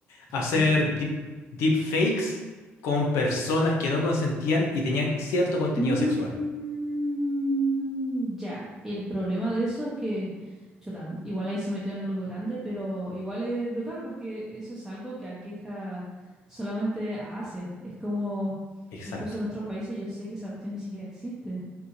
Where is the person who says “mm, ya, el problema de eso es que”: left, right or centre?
Centre